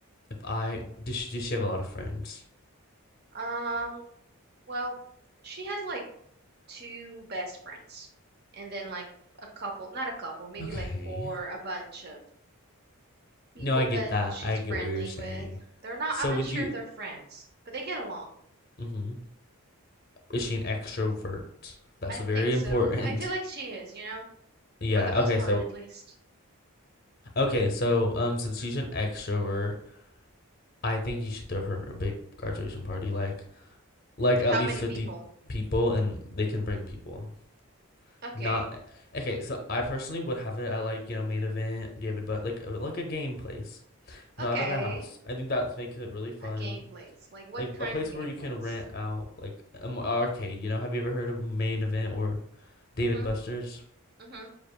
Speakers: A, on the left; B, on the right.
A: if I does she, does she have a lot of friends?
B: Um, well, she has like two best friends, and then like a couple, not a couple, maybe
A: Okay,
B: like four, a bunch of people
A: no, I get
B: that
A: that.
B: she's
A: I
B: friendly
A: get what you're saying.
B: with. They're not,
A: So
B: I'm not
A: would
B: sure
A: you?
B: if they're friends, but they get along.
A: Mm-hmm. Is she an extrovert? That's
B: I
A: very
B: think so.
A: important.
B: I feel like
A: <laughs>
B: she is, you know,
A: Yeah.
B: for the most
A: Okay.
B: part
A: So
B: at least.
A: Okay, so um, since she's an extrovert, I think you should throw her a big graduation party, like like
B: With
A: at
B: how
A: least
B: many
A: fifty
B: people?
A: people, and they can bring people.
B: Okay,
A: Not okay. So I personally would have it at like you know main event, David, but like uh, like a game place, not
B: okay.
A: at a house. I think that makes it really fun.
B: A game plays. Like what
A: Like
B: kind
A: a place
B: of game
A: where you
B: plays?
A: can rent out like an arcade. You know, have you ever heard of main event or David
B: Mm-hmm.
A: Buster's?
B: Mm-hmm.